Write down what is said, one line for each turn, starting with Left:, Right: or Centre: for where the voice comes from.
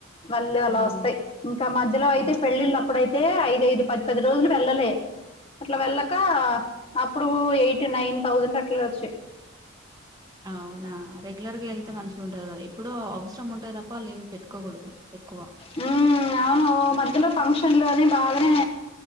Left: వాళ్ళు అలా
Right: ఉమ్
Left: వస్తయి ఇంకా మధ్యలో అయితే
Right: ఆ
Left: పెళ్ళిళ్ళప్పుడై తే ఐదఐదు, పదిపది రోజులు వెళ్ళలే అట్ల వెళ్ళకా అప్పుడు ఎయిటీ నైన్ థౌసండ్ అట్లా వచ్చేయి
Right: అవునా రెగ్యులర్గా ఎళ్తే మంచిగుంటది కద ఎప్పుడో అవ్సరం ఉంటే తప్ప లీవ్ పెట్టుకోకూడ్దు ఎక్కువ
Left: ఉం అవును ఓ మధ్యలో ఫంక్షన్లోనే బాగనే